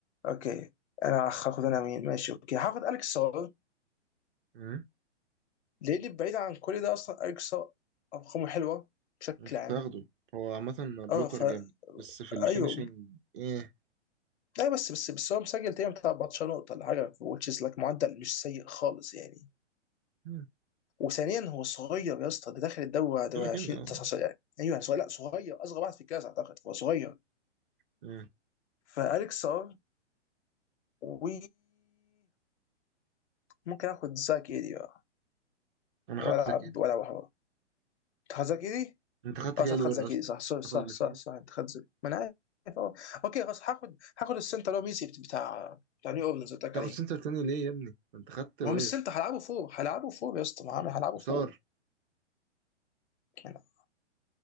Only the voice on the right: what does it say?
امم
أنا كنت
هاخده هو عامة بلوكر
جامد بس في الفينشنج
ايه
مم.
كده
كده اه
مم.
انا
خدت زك دي
انت خدت
كده
وير
اصلا
تاخد
الاثنين
تاخد
سنتر تاني ليه يا ابني ما انت خدت وير
وصار